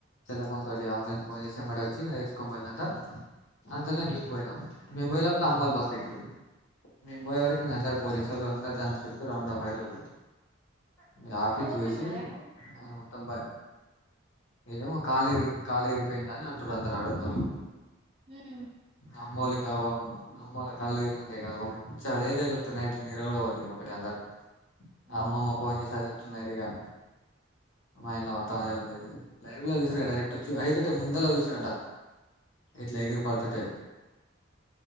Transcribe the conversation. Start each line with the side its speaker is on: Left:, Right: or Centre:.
Left: సల్ల ఫోన్తోటి ఆంబులెన్స్ ఫోన్ చేసి అమ్మాట వచ్చి వేసుకని పోయిందంటా అంతల్లే మేము పోయినాం మేము పోయేలోపు అమ్మళ్లు బస్ ఎకిరు మీంబోయో వరకు అందరూ పోలీసోలు అందరు దాని చుట్టూ రౌండ్ ఆఫ్ ఫైర్లు ఇంగ ఆపి
Right: ఇప్పుడు
Left: చూసి
Right: ఓకేనా మరి
Left: ఆ తొంభై ఏమో కాలుక ఇరిగికాలేరి కాలు విరిగిపోయిందని అంటున్నారు ఆడ ఉన్నోళ్లు
Right: ఉమ్
Left: అమ్మళ కావ అమ్మా అమ్మలా కళ్ళు తిరిగి ఉంటే ఘన కావ వచ్చు అదే చెప్పు నైట్ కి నిద్ర కూడా పట్టలేదు ఒకటి అందరు ఆ
Right: ఉమ్
Left: అమ్మమ్మ ఫోన్ చేసి అదే చెప్తున్నాయి నేరుగా మైండ్లో మొత్తం అదే ఉంది లైవ్ లో చూసిరుగా డైరెక్ట్ వచ్చ ఐదుటే ముందలా చూసిరంట ఇట్లా ఎగిరి పడితే